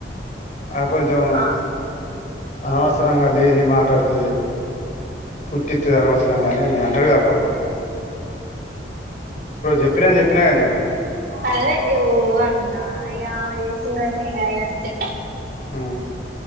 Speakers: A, on the left; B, on the right.
A: ఆ కొంచెం
B: ఆ
A: అనవసరం గా లేనివి మాట్లాడు తది పుట్టిత్తది అనవసరంగా అని అంటారు కదా అప్పప్పుడు చెప్పినా చెప్పినాగా నీకు
B: అదె ఓ... అన్నా ఇంక అంతే ఆయన అంతే
A: ఆ